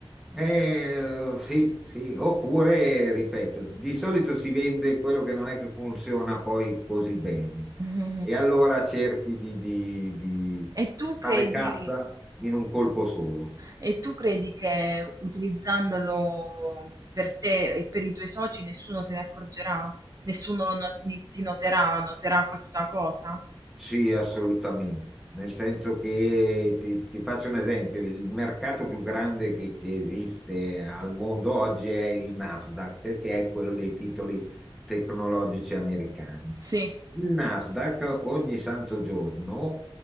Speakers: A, in the centre; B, on the right (about 40°).
A: eh, sì, sì, oppure, ripeto, di solito si vende quello che non è che funziona poi così bene
B: Mhm.
A: e allora cerchi di, di di
B: E tu
A: fare
B: credi,
A: cassa in un colpo solo.
B: e tu credi che utilizzandolo per te e per i tuoi soci nessuno se ne accorgerà? Nessuno lo no- ni- ti noterà, noterà questa cosa?
A: Sì, assolutamente. Nel senso che ti, ti faccio un esempio, il mercato più grande che, che esiste al mondo oggi è il Nasdaq, che è quello dei titoli tecnologici americani.
B: Sì,
A: Il Nasdaq ogni santo giorno